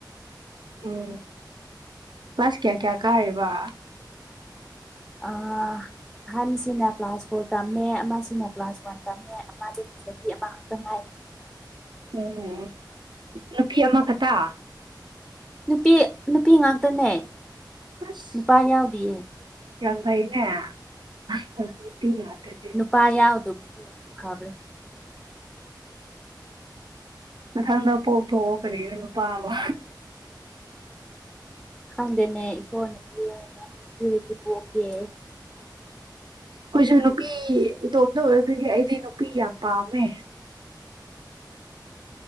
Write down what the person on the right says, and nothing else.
ꯎꯝ ꯀ꯭ꯂꯥꯁ ꯀꯌꯥ ꯀꯌꯥ ꯀꯥꯔꯦꯕ
ꯎꯝ ꯅꯨꯄꯤ ꯑꯃꯈꯛꯇ
ꯑꯁ
ꯌꯥꯝ ꯐꯩꯅꯦ ꯍ ꯅꯨꯄꯤ ꯉꯥꯛꯇꯗꯤ
ꯃꯊꯪꯗ ꯄꯣꯛ ꯊꯣꯛꯣꯛꯑꯣ ꯀꯔꯤ ꯀ ꯅꯨ ꯄꯥꯕ
ꯑꯩꯈꯣꯏꯁꯨ ꯅꯨꯄꯤ ꯏꯇꯣꯝꯇ ꯑꯣꯏꯕꯤꯒꯦ ꯑꯩꯗꯤ ꯅꯨꯄꯤ ꯌꯥꯝ ꯄꯥꯝꯃꯦ